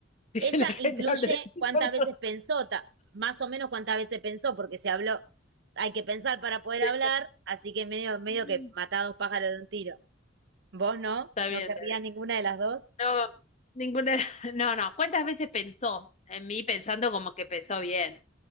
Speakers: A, on the left (about 35°); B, on the right (about 60°).
A: <laughs>
B: esa
A: que la gente
B: incluye
A: hable de mí
B: cuántas
A: por otro.
B: veces pensó, ta- más o menos cuántas veces pensó, porque se habló, hay que pensar para poder
A: Sí.
B: hablar, así que medio, medio
A: <laughs>
B: que matá a dos pájaros de un tiro. ¿Vos no?
A: Está
B: ¿No
A: bien,
B: querrías
A: está bien.
B: ninguna de las dos?
A: No, ninguna, <laughs> no, no. ¿Cuántas veces pensó en mí pensando como que pensó bien?